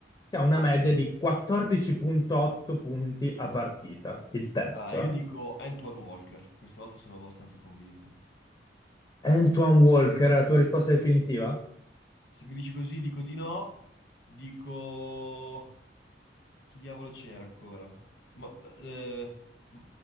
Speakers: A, on the left; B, on the left.
A: che ha una
B: Ok,
A: media di
B: sì.
A: 14.8 punti a partita, il terzo.
B: Ah, io
A: eh.
B: dico Antoine Walker, questa volta sono abbastanza convinto.
A: Antoine Walker, è la tua risposta definitiva?
B: Se mi dici così dico di no, dico... Chi diavolo c'era ancora? Ma, eh, m-